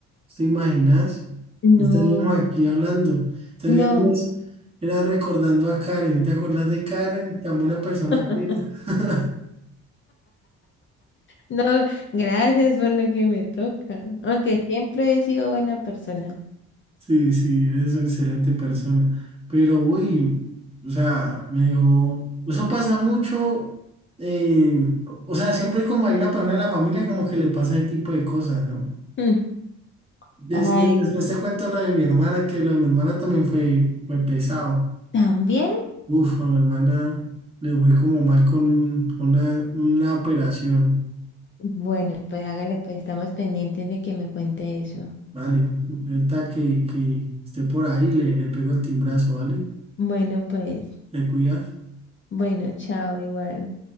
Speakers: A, on the right; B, on the left.
A: ¿Te imaginas? No
B: No,
A: estaríamos aquí hablando. Estaríamos
B: no,
A: era recordando a Karen. ¿Te acuerdas de Karen? Tan buena persona
B: <laughs>
A: que era. <laughs>
B: no, gracias por lo que me toca. Aunque siempre he sido buena persona.
A: Sí, sí, eres una excelente persona. Pero, uy, o sea, me dijo, eso pasa mucho. eh, o sea, siempre como hay una persona de la familia, como que le pasa ese tipo de cosas, ¿no?
B: mm.
A: Des-
B: Ay,
A: des- después te cuento lo de mi hermana, que lo de mi hermana también fue, fue pesado.
B: también.
A: Uf, a mi hermana le fue como mal con un- una, una operación,
B: Bueno, pues hágale, pues estamos pendientes de que me cuente eso.
A: ¿vale? Ahorita que, que esté por ahí, le, le pego el timbrazo, ¿vale?
B: Bueno, pues,
A: ¿Le cuidas?
B: bueno, chao, igual.